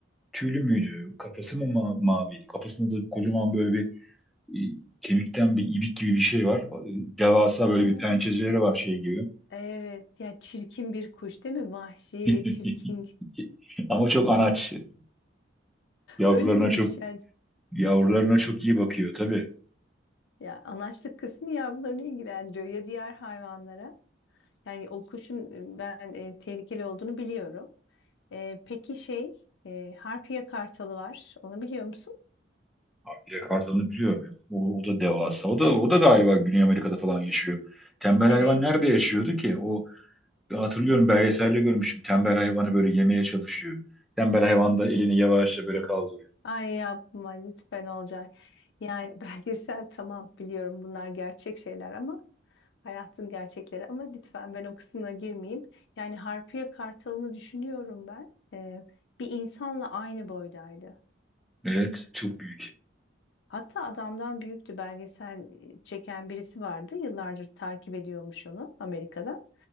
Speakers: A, in the centre; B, on the left.
A: tüylü müydü? Kafası mı ma- maviydi? Kafasında da kocaman böyle bir e, kemikten bir ibik gibi bir şey var. E, Devasa
B: Ha,
A: böyle bir pençeleri var şey gibi.
B: evet ya çirkin bir kuş değil mi? Vahşi
A: <laughs>
B: ve çirkin.
A: Ama çok anaç. e, Yavrularına
B: Öyle miymiş
A: çok
B: yani?
A: yavrularına çok iyi bakıyor tabii.
B: Ya anaçlık kısmı yavrularını ilgilendiriyor ya diğer hayvanlara. Yani o kuşun e, ben e, tehlikeli olduğunu biliyorum. E, peki şey e, Harpya kartalı var. Onu biliyor musun?
A: Avcıya kartalını biliyorum ya. O, o da devasa. O da o da galiba Güney Amerika'da falan yaşıyor. Tembel
B: Evet.
A: hayvan nerede yaşıyordu ki? O ben hatırlıyorum belgeselde görmüştüm. Tembel hayvanı böyle yemeye çalışıyor. Tembel hayvan da elini yavaşça böyle kaldırıyor.
B: Ay yapma lütfen olacak. Yani <laughs> belgesel tamam biliyorum bunlar gerçek şeyler ama Hayatın gerçekleri ama lütfen ben o kısmına girmeyeyim. Yani Harpiye Kartal'ını düşünüyorum ben. Ee, bir insanla aynı boydaydı.
A: Evet, çok büyük.
B: Hatta adamdan büyüktü belgesel e, çeken birisi vardı. Yıllardır takip ediyormuş onu Amerika'da.